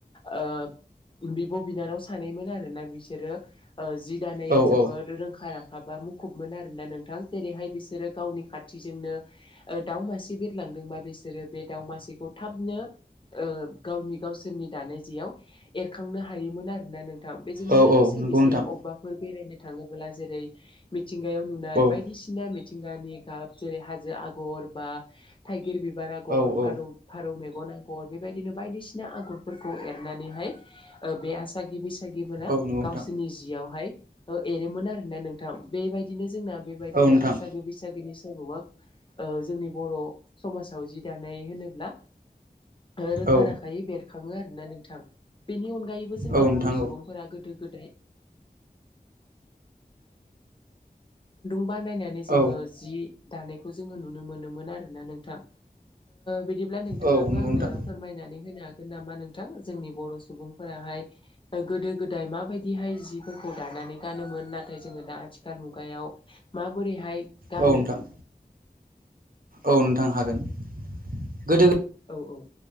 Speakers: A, on the left; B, on the right.
A: ओ बिब' बिनानाव सानैमोन आरोोना बिसोरो ओ जि दानायाव
B: औ
A: जोबोद
B: औ
A: रोंखा रां ाबा मुखुबमोन आरोना नोंथां जेरैहाय बिसोरो गावनि खाथिजोंनो दाउ मासे बिरलाां बिसोरो दा थबनो गावनि गावसिनि दा याव एरखांनो हायोमोन आरोोना नोंथां बेजोंनो
B: औ
A: लोगोसे
B: औ नंगौ
A: बिसोरो
B: नोंथां
A: अबेबाफोर बेरायनो थाङोब्ला जेरै मिथिंगायाव नुनाय
B: औ
A: बायदिसिना मिथिंगानि गाब जेरै हाजो आगर बा थाइगिर बिबार आगर
B: औ औ
A: फारौ मे न आगर बेबायदिनो बायदिसिना आगरफोरखौ एरनानैहाय ओ बे आसगि बैस मोना
B: औ नंगौ नोंथां
A: गावसोरनि जियावहाय एरोमोन आरोना नोंथां बेबायदिनो जोंना बेबायदिनो
B: औ नोंथां
A: आसागो बैसागोनि सल'ओ जोंनि बर' समाजाव जि दानाय होनोब्ला रोखा
B: औ
A: राखायै बेरखाङो आरो नोंथां बेनि अनगायैबो जोंना
B: औ नोंथां
A: बर' सुबुंफोरा गोदो गो <unintelligible> बानायनानै जोङो
B: औ
A: जि दानायखौ जोङो नुनो मोनोमोन आरो। आरोना नोंथां बिदिब्ला नोंथाङाबो
B: औ नंगौ
A: आंनो
B: नोंथां
A: फोरमायनानै होनो हागोन नामा नोंथ जोंनि बर' सुबुंफोराहाय गोदो गोदाय माबायदिहाय जिफोरखौ दानानै गानोमोन नाथाय जोङो दा आथिखाल मुगायाव माबोरैहाय। गानो
B: औ नोंथां। औ नोंथां हागोन गोदो
A: औ औ।